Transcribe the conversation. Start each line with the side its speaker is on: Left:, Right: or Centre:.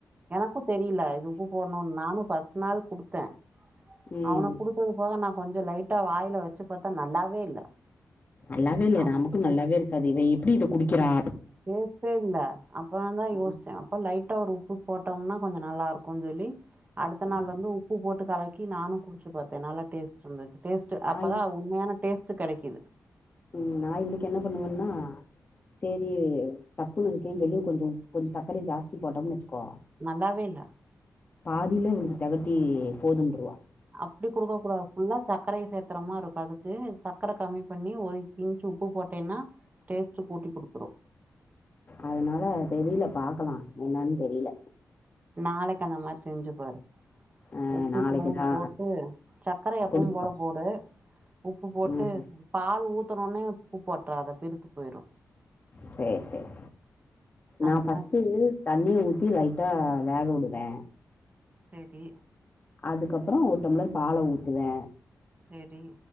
Right: எனக்கு தெரில இது உப்பு போடணுன் நானு ஃபஸ் ட்டு நாள் குடுத்தே
Left: ம்
Right: அவனுக் குடுத்தது போக நா கொஞ்ச லைட்டா வாய்ல வச்சி பாத்தா நல்லாவே இல்ல
Left: நல்லாவே இல்ல
Right: அப்போ
Left: நமக்கு நல்லாவேருக்காது இவ எப்டி இத குடிக் கிறா
Right: டேஸ்ட்டே இல்ல அப்ற தா யோஸ்ச்சே
Left: ம்
Right: அப்ப லைட்டா ஒர் உப் புப் போட்டோம்னா கொஞ்ச நல்லாருக்குன் சொல்லி அடுத்த நாள்
Left: ம்
Right: வந்து உப்பு போட்டு கலக் கி நானு குடிச்சி பாத்தே நல்லா டேஸ்ட்ருந்துச்சு டேஸ்ட்டு
Left: நா
Right: அப்பதா உண்மயான டேஸ்ட் த்து கெடக்கிது
Left: உம் நா இவ்ளுக்கு என்ன பண்ணுவேன்னா செரி சப்புன் இருக்குன் சொல்லி கொஞ்சோ கொஞ்சோ சக்கரய ஜாஸ்தி போட்டோம்னு வச்சுக்கோ
Right: நல்லாவே இல்ல
Left: பாதிலே உங்ளுக்கு தெகட்டி போதுன்ருவா
Right: அப்டி குடுக்க கூடாது ஃபுல்லா சக்கரய சேத்திரமாருக்கு அது கு சக் க்கர கம்மி பண்ணி ஒரு பின்ச் உப்பு போட்டேன்னா டேஸ்ட்டு கூட்டி குடுத்துரு
Left: அதனால தெரில பாக்கலா என்னன் தெரில
Right: நாளைக் கி அந்த மாறி செஞ்சு பாரு
Left: ஆ
Right: உப்ப
Left: நாளைக்குதா
Right: இத்தணூண்டு போட்டு சக்கர எப்பவும்
Left: குடுப்பா
Right: போல போடு உப்பு போட்டு
Left: ம்
Right: பால் ஊத்துனோன்னே உப்பு போட்றாத பிருத்து போய்ரு
Left: சேர் சேரி
Right: அந்த
Left: நா ஃபஸ்ட்டு
Right: மாரி
Left: தண்ணி ஊ த்தி லைட்டா வேக உடுவே
Right: சரி
Left: அதுக்கப்புறம் ஒரு டம்ளர் பால ஊத்துவே
Right: சரி